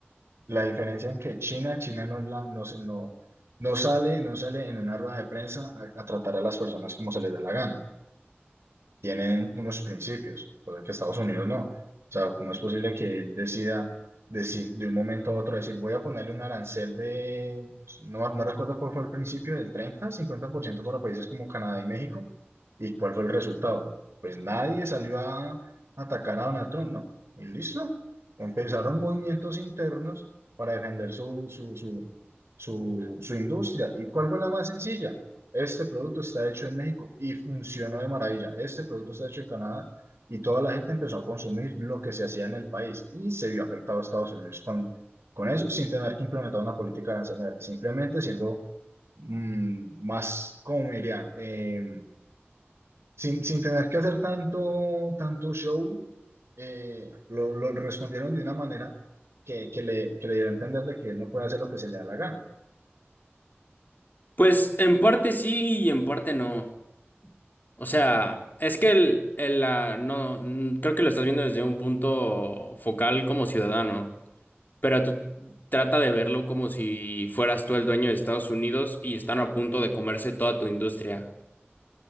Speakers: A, on the right; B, on the left.
A: la diferencia en que China, China no, es la, no, se- no, no sale, no sale en una rueda de prensa a, a tratar a las personas como se les da la gana. tienen unos principios, cosa que Estados Unidos no. O sea, ¿cómo es posible que él decida decir, de un momento a otro decir, voy a ponerle un arancel de, no, no recuerdo cuál fue el principio, del treinta, cincuenta por ciento para países como Canadá y México? ¿Y cuál fue el resultado? Pues nadie salió a atacar a Donald Trump, ¿no? Y listo. Empezaron movimientos internos para defender su, su, su, su, su industria. ¿Y cuál fue la más sencilla? este producto está hecho en México y funcionó de maravilla. Este producto está hecho en Canadá y toda la gente empezó a consumir lo que se hacía en el país y se vio afectado a Estados Unidos con, con eso sin tener que implementar una política arancelaria, simplemente siendo mm, más, cómo diría, Eh, sin, sin tener que hacer tanto, tanto show, eh, lo, lo respondieron de una manera que, que le, que le dio a entender de que él no puede hacer lo que se le da la gana.
B: Pues en parte sí y en parte no. O sea, es que el, el, ah, no, mm, creo que lo estás viendo desde un punto focal como ciudadano. Pero tú trata de verlo como si fueras tú el dueño de Estados Unidos y están a punto de comerse toda tu industria.